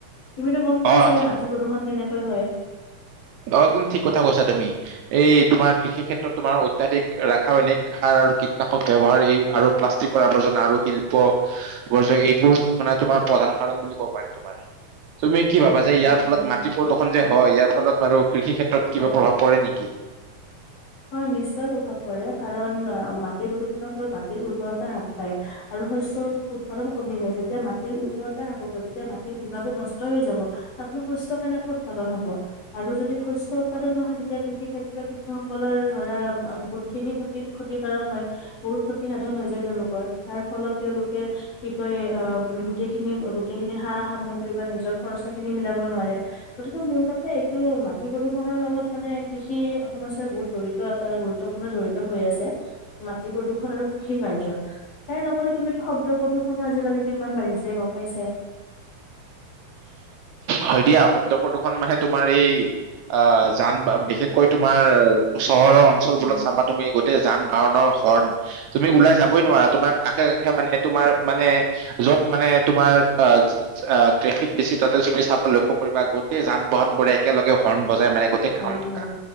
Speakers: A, on the left (about 55°); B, on the right (about 75°).
A: তুমিতো গম পোৱাই
B: অ
A: চাগে
B: ঠিক
A: মাটি প্ৰদূষণ কেনেকৈ হয়?
B: অ', গুণ ঠিক কথা কৈছা তুমি, এই তোমাৰ কৃষি ক্ষেত্ৰত তোমাৰ, অত্যাধিক ৰাসায়নিক সাৰ আৰু কীটনাশক ব্যৱহাৰ এই আৰু প্লাষ্টিকৰ আৱৰ্জনা আৰু শিল প ব্ৰজ, এইবোৰ মানে তোমাৰ প্ৰধান কাৰণ বুলি কব পাৰি তোমাৰ। তুমি কি ভাবা যে
A: উম
B: ইয়াৰ ফলত
A: উম উম
B: মাটি প্ৰদূষণ যে হয়, ইয়াৰ ফলত বাৰু, কৃষি ক্ষেত্ৰত
A: হয়
B: কিবা প্ৰভাৱ পৰে নিকি?
A: হয় নিশ্চয় প্ৰভাৱ পৰে, কাৰণ আ মাটি প্ৰদূষণৰ ফলত, মাটিৰ উৰ্বৰতা হ্ৰাস পায়। আৰু শস্যৰ উ উৎপাদন কমি যায়, যেতিয়া উৰ্বৰতা হ্ৰাস পাব, তেতিয়া মাটিৰ গুণা গুণ নষ্ট হৈ যাব। তাতনো শস্য কেনেকৈ উৎপাদন হ'ব, আৰু যদি শস্য উৎপাদন নহয়, তেতিয়া কৃষি ক্ষেত্ৰত কৃষক সকলৰ ধৰা, আ বহুত খিনি ক্ষতি, ক্ষতিকাৰক হয়। বহুত ক্ষতিসাধন হৈ যায় তেওঁলোকৰ, তাৰ ফলত তেওঁলোকে কি কয়, অ', গোটেইখিনি, গোটেইখিনি সা-সামগ্ৰী বা নিজৰ খৰচা খিনি মিলাব নোৱাৰে। গতিকে মোৰ মতে, এইটো মাটি প্ৰদূষণৰ লগত মানে কৃষি সমস্যা বহুত জড়িত এটা গুৰুত্বপূৰ্ণ জড়িত হৈ আছে মাটি আৰু কৃষি কাৰ্য। তাৰ লগতে তুমিতো শব্দ প্ৰদূষণো আজিকালি কিমান বাঢ়িছে গম পাইছাই।
B: হয় দিয়া শব্দ প্ৰদূষন মানে তোমাৰ এই অ', জান বা বিশেষকৈ তোমাৰ চহৰৰ অঞ্চল
A: উম
B: বোৰত চাবা তুমি গোটেই যান বাহনৰ হৰ্ণ তুমি ওলাই যাবই নোৱাৰা তোমাৰ কাষে কাষে মানে তোমাৰ মানে য'ত মানে তোমাৰ আ আ ট্ৰেফিক বেছি তাতে তুমি চাবা লক্ষ্য কৰিবা গোটেই যান বাহন বোৰে একেলগে হৰ্ণ বজাই মানে গোট টে
A: হয়
B: কাণ
A: হয়
B: কাণ